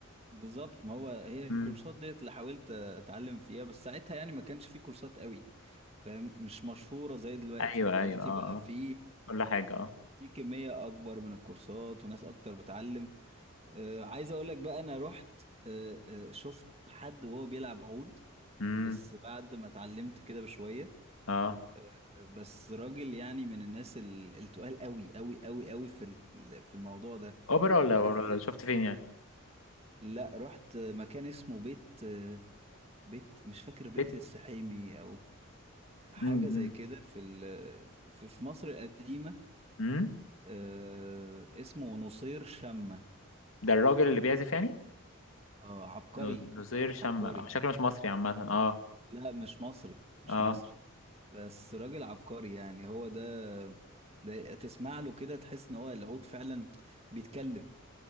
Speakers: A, on the right (about 30°); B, on the left (about 75°).
A: بالظبط ما هو هي الكورسات
B: مم.
A: ديت اللي حاولت اتعلم فيها بس ساعتها يعني ما كانش في كورسات قوي فاهم مش مشهورة زي دلوقتي
B: ايوه
A: دلوقتي
B: ايوه اه
A: بقى في
B: اه كل حاجه اه
A: في كمية اكبر من الكورسات وناس اكتر بتعلم آه، عايز اقول لك بقى انا رحت آه، آه، شفت حد وهو بيلعب عود
B: امم
A: بس بعد ما اتعلمت كده بشوية
B: اه
A: آه، بس راجل يعني من الناس ال- التقال قوي قوي قوي قوي في ال- في الموضوع ده
B: اوبرا ولا
A: واحد-
B: ولا شفت فين يعني
A: لا رحت مكان اسمه بيت آه، بيت مش فاكر بيت
B: بيت
A: السحيمي او حاجه
B: امم
A: زي كده في ال- في في مصر القديمه
B: امم
A: آه اسمه نصير شمة
B: ده الراجل اللي بيعزف يعني
A: آه عبقري
B: نو- نظير شمع
A: عبقري
B: آه، شكله مش مصري عامه
A: آه.
B: اه
A: لا مش مصري مش
B: اه
A: مصري بس راجل عبقري يعني هو ده ده تسمع له كده تحس ان هو العود فعلا بيتكلم